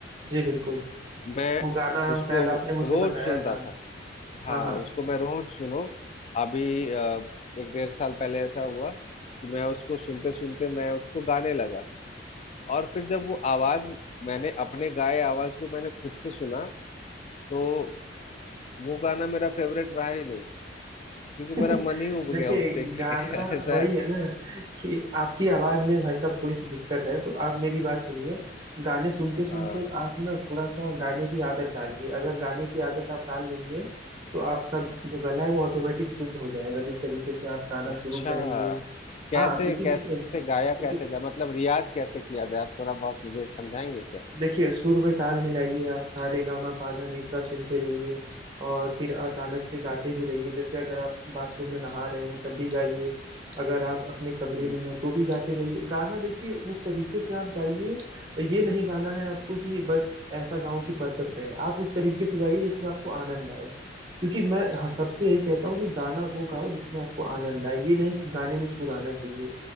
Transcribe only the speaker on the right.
जी बिल्कुल
वो गाना
शायद आपने मुझे
बताया
था
हाँ हाँ
<laughs>
देखिए
गाना
वही
है ना कि आपकी आवाज में भाई साहब थोड़ी सी दिक्कत है तो आप मेरी बात सुनिए गाने सुनते सुनते
आप ना थोड़ा सा गाने की आदत डालिए अगर गाने की आदत आप डाल लेंगे तो आपका जो गला है वो ऑटोमेटिक शुद्ध हो जाएगा जिस तरीके से आप गाना
शुरू करेंगे
हाँ क्योंकि
देखिए
देखिए
देखिए सुर में ताल मिलाइए आप सारे गामा पाधा निसा सुनते रहिए और फिर अचानक से गाते भी रहिए जैसे अगर आप बाथरूम में नहा रहे हैं तब भी गाइए अगर आप अपने कमरे
में हैं तो भी गाते रहिए गाना देखिए उस तरीके से आप गाइए ये नहीं गाना है आपको कि बस ऐसा गाऊं कि परफेक्ट रहे आप उस तरीके से गाइए जिसमें आपको आनंद आए क्योंकि मैं ह- सबसे यही कहता हूँ कि गाना वो गाओ जिसमें आपको आनंद आए ये नहीं कि गाने में सुर आना चाहिए